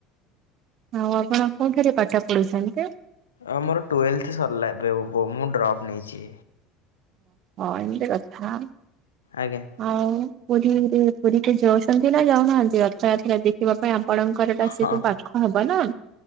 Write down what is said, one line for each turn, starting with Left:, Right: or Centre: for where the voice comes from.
Right: ଆଉ ଆପଣ କୋଉଠାରେ ପାଠ ପଢୁଛନ୍ତି?
Left: ଆ ମୋର ଟୁଏଲଥ ସରିଲା ଏବେ <unintelligible> ମୁଁ ଡ୍ରପ୍ ନେଇଛି।
Right: ଓହୋ ଏମିତି କଥା।
Left: ଆଜ୍ଞା।
Right: ଆଉ ପୁରୀ ଉରି ପୁରୀ କେ ଯାଉଛନ୍ତି ନା ଯାଉନାହାନ୍ତି ରଥ ଯାତ୍ରା ଦେଖ ଯିବା ପାଇଁ ଆପଣଙ୍କ ଘର ଟା
Left: ହଁ
Right: ସେଠୁ ପାଖ ହବ ନା।